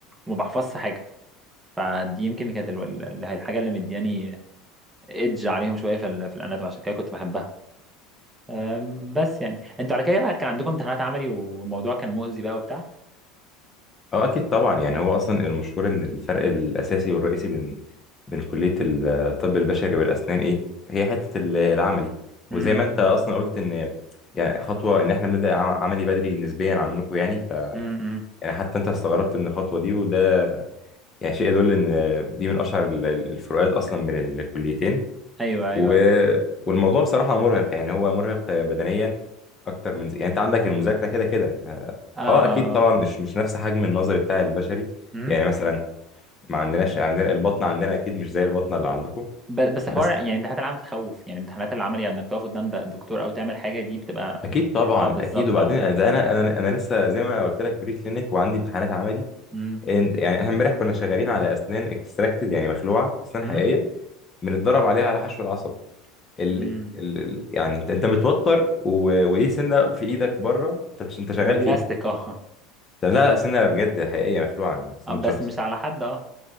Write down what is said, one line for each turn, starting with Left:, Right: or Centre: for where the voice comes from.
Right: وما بحفظش حاجه فدي يمكن كانت ال... ال- الحاجه اللي مدياني ايدج عليهم شويه في ال... في الاناتومي عشان كده كنت بحبها أم، بس يعني انتوا على كده بقى كان عندكم امتحانات عملي والموضوع كان مؤذي بقى وبتاع
Left: اه اكيد طبعا يعني هو اصلا المشهور ان الفرق الاساسي والرئيسي بين بين كلية الطب البشري والاسنان ايه هي حتة ال- العملي وزي
Right: امم
Left: ما انت اصلا قلت ان يعني خطوة ان احنا بنبدأ ع- عملي بدري نسبيا عنكم يعني ف
Right: امم أمم.
Left: يعني حتى انت استغربت من الخطوة دي وده يعني شيء يدل ان دي من اشهر ال- ال- الفروقات اصلا بين الكليتين
Right: ايوه ايوه
Left: و...
Right: ايوه
Left: والموضوع بصراحة مرهق يعني هو مرهق بدنيا أكتر من زي. يعني أنت عندك المذاكرة كده كده آه
Right: اه
Left: آه، أكيد
Right: اه
Left: طبعا مش مش نفس حجم النظري بتاع البشري
Right: اه
Left: يعني مثلا ما عندناش عندنا البطنة عندنا أكيد مش زي البطنة اللي عندكم
Right: ب- بس
Left: بس
Right: حوار يعني امتحانات العمل بتخوف يعني امتحانات العمل يعني انك تقف قدام ده دكتور او تعمل حاجه دي بتبقى
Left: أكيد
Right: يعني
Left: طبعا
Right: اه بالظبط
Left: أكيد وبعدين
Right: اه
Left: ده أنا أنا أنا لسه زي ما قلت لك بري كلينيك وعندي امتحانات عملي
Right: امم
Left: إن- يعني إحنا إمبارح كنا شغالين على أسنان اكستراكتد يعني مخلوعة أسنان
Right: امم
Left: حقيقية بنتدرب عليها على حشو العصب ال...
Right: امم
Left: ال... ال- يعني انت انت متوتر و... وليه سنه في ايدك بره انت بتش- انت شغال
Right: وبلاستيك
Left: فيها
Right: اه
Left: طب لا لا سنه بجد حقيقيه مخلوعه من سنه
Right: اه بس
Left: شخص
Right: مش على حد اه